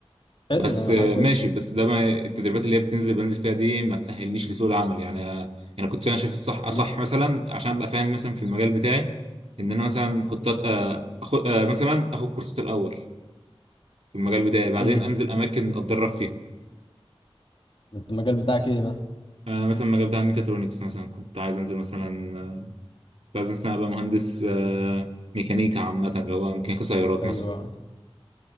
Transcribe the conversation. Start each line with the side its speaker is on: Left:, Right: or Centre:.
Left: حلو
Right: بس
Left: ده
Right: آه،
Left: حاجه كويسه
Right: ماشي بس ده ما التدريبات اللي هي بتنزل بنزل فيها دي ما تاهلنيش لسوق العمل يعني انا يعني كنت انا شايف الصح اصح
Left: ليه؟
Right: مثلا عشان ابقى فاهم مثلا في المجال بتاعي ان انا مثلا كنت اخد مثلا اخد كورسات الاول في المجال بتاعي بعدين
Left: امم
Right: انزل اماكن اتدرب فيها
Left: انت المجال بتاعك ايه مثلا
Right: آه، مثلا المجال بتاع الميكاترونكس مثلا كنت عايز انزل مثلا آه، كنت عايز مثلا ابقى مهندس آه، ميكانيكا عامه اللي هو ميكانيكا سيارات
Left: ايوه
Right: مثلا